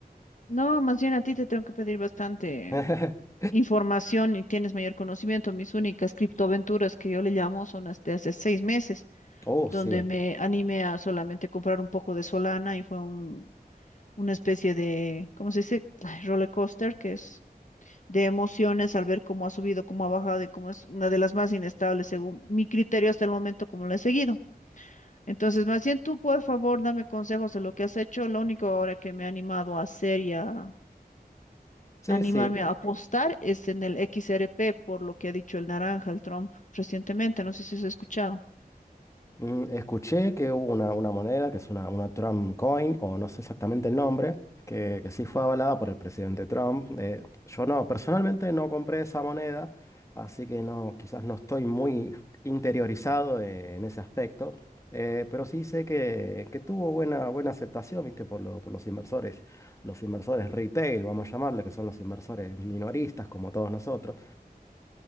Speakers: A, on the left (about 50°); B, on the left (about 20°).
A: No, más bien a ti te tengo que pedir bastante
B: <laughs>
A: información y tienes mayor conocimiento. Mis únicas criptoaventuras que yo le llamo son las de hace seis meses,
B: Oh,
A: donde
B: sí.
A: me animé a solamente comprar un poco de Solana y fue un, una especie de, ¿cómo se dice? Ay, roller coaster, que es de emociones al ver cómo ha subido, cómo ha bajado y cómo es una de las más inestables según mi criterio hasta el momento, como lo he seguido. Entonces, más bien tú, por favor, dame consejos de lo que has hecho. Lo único ahora que me ha animado a hacer y a
B: Sí,
A: animarme
B: sí.
A: a apostar es en el XRP, por lo que ha dicho el naranja, el Trump, recientemente. No sé si has escuchado.
B: Mm, escuché que hubo una, una moneda que es una, una Trump coin, o no sé exactamente el nombre, que, que sí fue avalada por el presidente Trump. Eh, yo no, personalmente no compré esa moneda, así que no, quizás no estoy muy interiorizado eh, en ese aspecto. Eh, pero sí sé que, que tuvo buena, buena aceptación, ¿viste? Por, lo- por los inversores, los inversores retail, vamos a llamarle, que son los inversores minoristas, como todos nosotros.